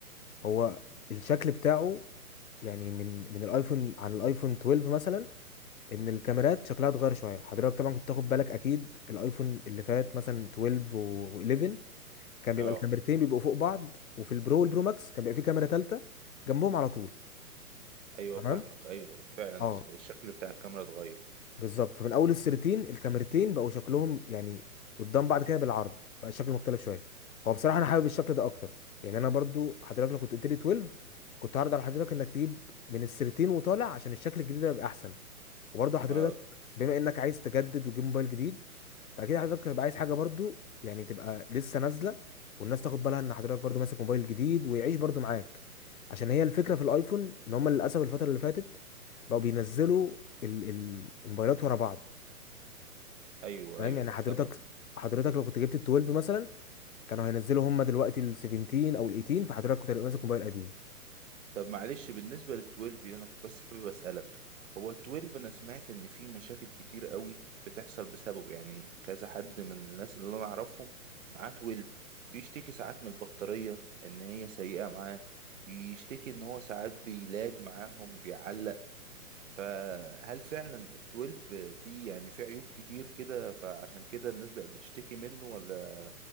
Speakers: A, on the left; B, on the right.
A: هو الشكل بتاعه يعني من من الايفون عن الايفون 12 مثلا ان الكاميرات شكلها اتغير شويه حضرتك طبعا كنت تاخد بالك اكيد الايفون اللي فات مثلا 12 و11 كان
B: اه
A: بيبقى الكاميرتين بيبقوا فوق بعض وفي البرو والبرو ماكس كان بيبقى في كاميرا ثالثه جنبهم على طول
B: ايوه
A: تمام
B: فاهمك ايوه فعلا
A: اه
B: الشكل بتاع الكاميرا اتغير
A: بالظبط فمن اول السيرتين الكاميرتين بقوا شكلهم يعني قدام بعض كده بالعرض بقى الشكل مختلف شويه هو بصراحه انا حابب الشكل ده اكتر يعني انا برضو حضرتك لو كنت قلت لي 12 كنت هعرض على حضرتك انك تجيب من السيرتين وطالع عشان الشكل الجديد ده يبقى احسن وبرضه حضرتك
B: اه
A: بما انك عايز تجدد وتجيب موبايل جديد فاكيد حضرتك هتبقى عايز حاجه برضه يعني تبقى لسه نازله والناس تاخد بالها ان حضرتك برضه ماسك موبايل جديد ويعيش برضه معاك عشان هي الفكره في الايفون ان هم للاسف الفتره اللي فاتت بقوا بينزلوا ال ال الموبايلات ورا بعض
B: ايوه
A: فاهم
B: ايوه
A: يعني حضرتك
B: طب
A: حضرتك لو كنت جبت ال 12 مثلا كانوا هينزلوا هم دلوقتي ال 17 او ال 18 فحضرتك كنت هتبقى ماسك موبايل قديم
B: طب معلش بالنسبة لل 12 دي انا كنت بس حابب اسألك هو ال 12 انا سمعت ان في مشاكل كتير قوي بتحصل بسببه يعني كذا حد من الناس اللي انا اعرفهم معاه 12 بيشتكي ساعات من البطارية ان هي سيئة معاه يشتكي ان هو ساعات بيلاج معاهم بيعلق فهل فعلا ال 12 فيه يعني فيه عيوب كتير كده فعشان كده الناس بقت بتشتكي منه ولا